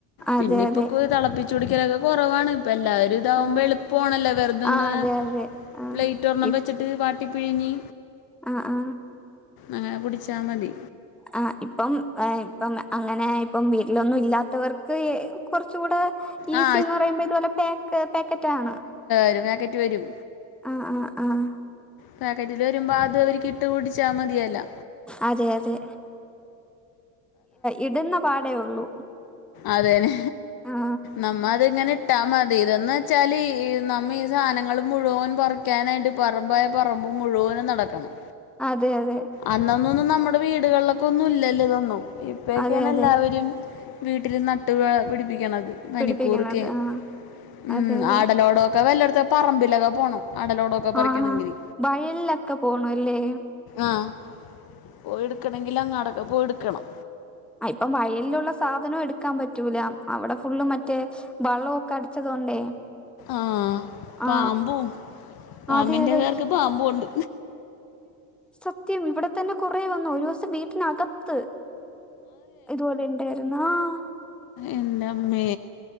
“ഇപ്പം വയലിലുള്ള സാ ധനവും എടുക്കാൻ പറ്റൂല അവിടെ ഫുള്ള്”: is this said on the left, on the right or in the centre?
Centre